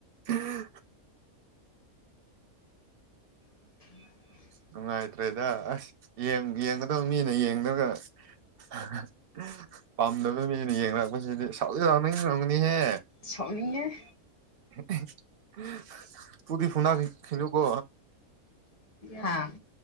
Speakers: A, on the right; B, on the left.
A: ꯑꯍ ꯍꯥ
B: <inaudible>
A: ꯅꯨꯡꯉꯥꯏꯇ꯭ꯔꯦꯗ ꯑꯁ ꯌꯦꯡ ꯌꯦꯡꯒꯗꯕ ꯃꯤꯅ ꯌꯦꯡꯗ꯭ꯔꯒ ꯑꯍꯥ ꯍꯥ ꯄꯥꯝꯗꯕ ꯃꯤꯅ ꯌꯦꯡꯔꯛꯄꯁꯤꯗꯤ ꯁꯥꯎꯗꯤ ꯁꯥꯎꯅꯤꯡꯔꯝꯒꯅꯤꯍꯦ
B: ꯁꯥꯎꯅꯤꯡꯉꯦ
A: ꯑꯍꯥ ꯍꯥ ꯐꯨꯗꯤ ꯐꯨꯅꯥꯈꯤꯅꯨꯀꯣ
B: ꯍꯥꯥ